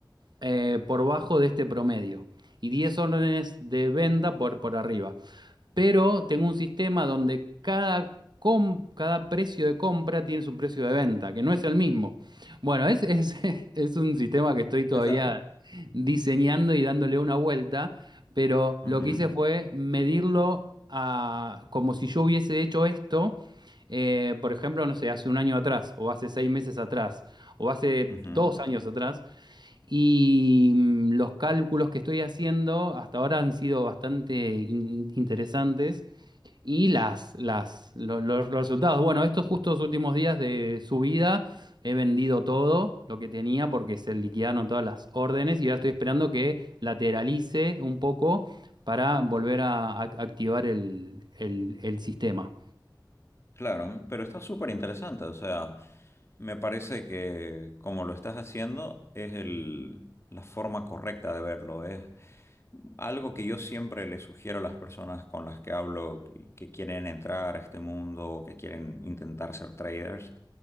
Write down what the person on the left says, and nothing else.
Está-
ujú,
ujú.
Claro, pero está súper interesante, o sea, me parece que como lo estás haciendo es el, la forma correcta de verlo, es algo que yo siempre le sugiero a las personas con las que hablo y que quieren entrar a este mundo o que quieren intentar ser traders,